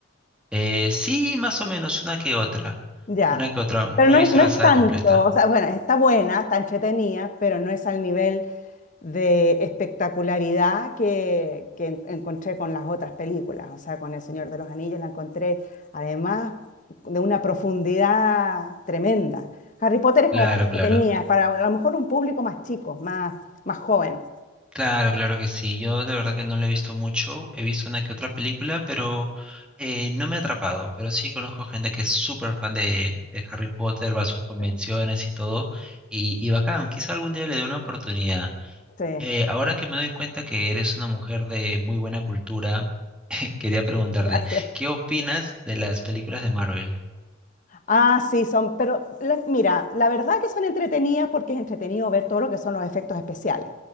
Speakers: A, in the centre; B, on the left.
A: Eh, sí, más o menos, una que otra.
B: Ya.
A: Una que otra. No
B: Pero no,
A: he visto
B: es- no
A: la
B: es
A: saga
B: tanto,
A: completa.
B: o sea, bueno, está buena, está entretenida, pero no es al nivel de espectacularidad que, que en- encontré con las otras películas. O sea, con El Señor de los Anillos la encontré, además, de una profundidad tremenda. Harry Potter es
A: Claro,
B: como más entretenida,
A: claro.
B: para a lo mejor un público más chico, más, más joven.
A: Claro, claro que sí. Yo de verdad que no lo he visto mucho. He visto una que otra película, pero eh, no me ha atrapado. Pero sí conozco gente que es súper fan de, de Harry Potter, va a sus convenciones
B: Sí,
A: y todo. Y, y bacán, quizá algún día le dé una oportunidad.
B: sí,
A: Eh, ahora que me doy cuenta que eres una mujer de muy buena cultura, eh, quería preguntarte,
B: <laughs> gracias.
A: ¿qué opinas de las películas de Marvel?
B: Ah, sí, son, pero la- mira, la verdad que son entretenidas porque es entretenido ver todo lo que son los efectos especiales.